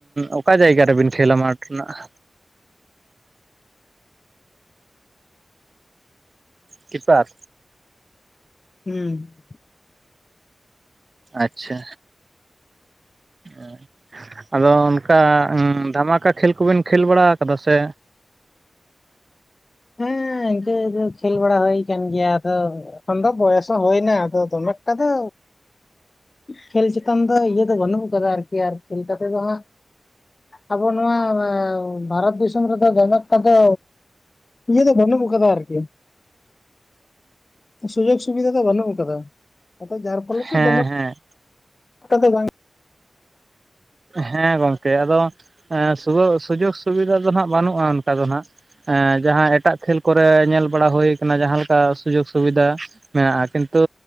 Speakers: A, on the right; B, on the left.
A: ᱚᱠᱟ ᱡᱟᱭᱜᱟ ᱨᱮᱵᱤᱱ ᱠᱷᱮᱞᱟ ᱢᱟᱴ ᱨᱮᱱᱟᱜ? ᱠᱤᱯᱟᱨ᱾
B: ᱦᱩᱸ
A: ᱟᱪᱪᱷᱟ᱾ ᱮ ᱟᱫᱚ ᱚᱱᱠᱟ ᱩ ᱫᱷᱟᱢᱟᱠᱟ ᱠᱷᱮᱞ ᱠᱚᱵᱤᱱ ᱠᱷᱮᱞ ᱵᱟᱲᱟ ᱠᱟᱫᱟ ᱥᱮ?
B: ᱦᱮᱸ ᱤᱱᱠᱟᱹ ᱫᱚ ᱠᱷᱮᱞ ᱵᱟᱲᱟ ᱦᱩᱭ ᱠᱟᱱ ᱜᱮᱭᱟ ᱟᱫᱚᱼᱼ ᱟᱱ ᱫᱚ ᱵᱚᱭᱚᱥ ᱦᱩᱭᱱᱟ ᱟᱫᱚ ᱫᱚᱢᱮᱠᱴᱟ ᱫᱚ ᱠᱷᱮᱞ ᱪᱮᱛᱟᱱ ᱫᱚ ᱤᱭᱟᱹ ᱫᱚ ᱵᱟᱹᱱᱩᱜ ᱠᱟᱫᱟ ᱟᱨᱠᱤ ᱟᱨ ᱠᱷᱮᱞ ᱠᱟ ᱠᱟᱛᱮᱫ ᱫᱚ ᱦᱟᱸᱜ, ᱟᱵᱚ ᱱᱚᱣᱟ ᱵᱷᱟᱨᱚᱛ ᱫᱤᱥᱚᱢ ᱨᱮᱫᱚ ᱫᱚᱢᱮ ᱮᱠᱴᱟ ᱫᱚ ᱤᱭᱟᱹ ᱫᱚ ᱵᱟᱹᱱᱩᱜ ᱟᱠᱟᱫᱟ ᱟᱨᱠᱤ, ᱥᱩᱡᱳᱜᱽ ᱥᱩᱵᱤᱫᱷᱟ ᱫᱚ ᱵᱟᱹᱱᱩᱜ ᱟᱠᱟᱫᱟ᱾ ᱟ ᱡᱟᱨ ᱯᱷᱚᱞᱮᱛᱮ
A: ᱦᱮᱸ
B: ᱫᱚᱢᱮ
A: ᱦᱮᱸ
B: <unintelligible>
A: ᱦᱮᱸ ᱜᱚᱝᱠᱮ ᱟᱫᱚ᱾ ᱦᱮᱸ ᱥᱩᱡᱳᱜ ᱥᱩᱵᱤᱫᱷᱟ ᱫᱚ ᱦᱟᱸᱜ ᱵᱟᱹᱱᱩᱜᱼᱟ ᱚᱱᱠᱟ ᱫᱚ ᱦᱟᱸᱜ᱾ ᱡᱟᱦᱟᱸ ᱮᱴᱟᱜ ᱠᱷᱮᱞ ᱠᱚᱨᱮ ᱧᱮᱞ ᱵᱟᱲᱟ ᱦᱩᱭ ᱠᱟᱱᱟ ᱡᱟᱦᱟ ᱞᱮᱠᱟ ᱥᱩᱡᱳᱜ ᱥᱩᱵᱤᱫᱷᱟ᱾ ᱢᱮᱱᱟᱜᱼᱟ ᱠᱤᱱᱛᱩ